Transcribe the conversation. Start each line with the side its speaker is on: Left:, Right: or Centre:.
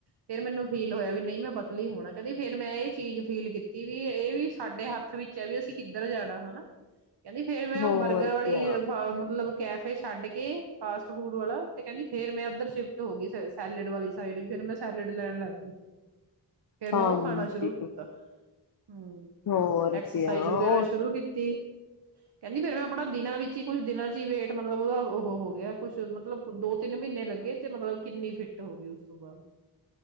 Right: ਫਿਰ ਮੈਨੂੰ ਫੀਲ ਹੋਇਆ ਵੀ ਨਹੀਂ ਮੈਂ ਪਤ ਲੀ ਹੋਣਾ ਕਹਿੰਦੀ ਫੇਰ ਮੈਂ ਇਹ ਚੀਜ਼ ਫੀਲ ਕੀਤੀ ਵੀ ਇਹ ਵੀ ਸਾਡੇ ਹੱਥ ਵਿੱਚ ਹੈ ਵੀ ਅਸੀਂ ਕਿੱਧਰ ਜਾਣਾ ਹੈਨਾ ਕਹਿੰਦੀ ਫੇਰ ਮੈਂ
Left: ਹੋਰ
Right: ਉਹ ਬਰਗਰ
Left: ਕਿਆ
Right: ਵਾਲੀ ਥਾਂ ਮਤਲਬ ਕੈਫੇ ਛੱਡ ਕੇ ਫਾਸਟ ਫੂਡ ਵਾਲਾ ਤੇ ਕਹਿੰਦੀ ਫੇਰ ਮੈਂ ਇਧਰ ਸ਼ਿਫਟ ਹੋ ਗਈ ਸੈਲਡ ਵਾਲੀ ਸਾਈਡ ਵੀ ਫਿਰ ਮੈਂ ਸੈਲਡ ਲੈਣ ਲੱਗ ਗਈ ਫੇਰ ਮੈਂ
Left: ਹਾਂਜੀ
Right: ਉਹ ਖਾਣਾ ਸ਼ੁਰੂ ਕੀਤਾ ਹਮ
Left: ਹੋਰ
Right: ਐਕਸਰਸਾਈਜ਼
Left: ਕਿਆ ਉਹ
Right: ਵਗੈਰਾ ਸ਼ੁਰੂ ਕੀਤੀ ਕਹਿੰਦੀ ਫੇਰ ਮੈਂ ਆਪਣਾ ਦਿਨਾਂ ਵਿੱਚ ਹੀ ਕੁਛ ਦਿਨਾਂ ਚ ਹੀ ਵੇਟ ਮਤਲਬ ਉਹਦਾ ਉਹ ਹੋ ਗਿਆ ਕੁਛ ਮਤਲਬ ਦੋ ਤਿੰਨ ਮਹੀਨੇ ਲੱਗੇ ਤੇ ਮਤਲਬ ਕਿੰਨੀ ਫਿੱਟ ਹੋ ਗਈ ਉਸ ਤੋਂ ਬਾਅਦ